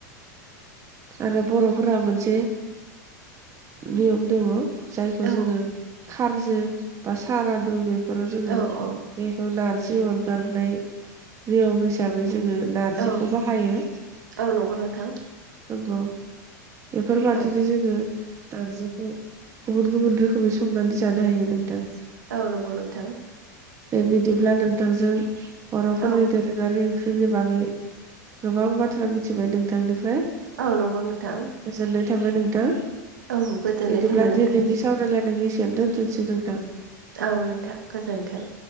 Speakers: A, on the right (about 30°); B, on the right (about 85°).
A: आरो बर'फोरा मोनसे नियम दङ जायखौ
B: औ
A: जोङो खारजो बा सारादु बेफोराव जोङो
B: औ
A: बे नार्जि अरगारनाय नियम हिसाबै जोङो नार्जिखौ
B: औ
A: बाहायो
B: औ नंगौ नोंथां
A: नंगौ बेफोरबादिनो
B: औ
A: जोङो नारजिखौ गुबुन गुबुन रोखोमै संनानै जानो हायो नोंथां
B: औ नंगौ नोंथां
A: बे बिदिब्ला नोंथांजों बर'फोरनि
B: औ
A: दोरों यारि ओंख्रिनि बागै गोबां बाथ्रा मिथिबाय नोंथांनिफ्राय
B: औ नंगौ नोंथां
A: गोजोननाय थाबाय नोंथां
B: औ गोजोननाय
A: बिदिब्ला
B: थाबाय नोंथांनिसिम
A: दिनैनि सावरायलायनायनि दोन्थनोसै नोंथां
B: औ नोंथां गोजोन्थों